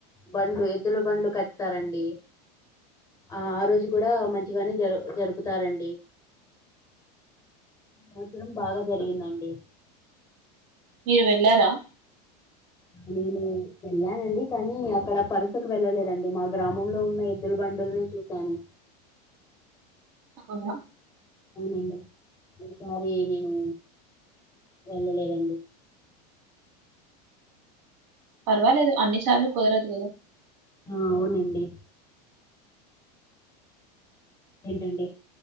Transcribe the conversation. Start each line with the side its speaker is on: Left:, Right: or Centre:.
Left: బండ్లు ఎద్దుల బండ్లు కడతారండి ఆ ఆ రోజు కూడా మంచిగానే జరు జరుపుతారండి సంవత్సరం బాగా జరిగిందండి
Right: మీరు వెళ్ళారా
Left: నేను వెళ్ళానండి కానీ అక్కడ పరుసకు వెళ్ళలేదండి మా గ్రామంలో ఉన్న ఎద్దుల బండి బండ్లు చూసాను
Right: పకబో
Left: అవునండి ఇంకా ఏనిను వెళ్లలేదండి
Right: పర్వాలేదు అన్ని సార్లు కుదరదు
Left: ఆ అవునండి ఏంటండి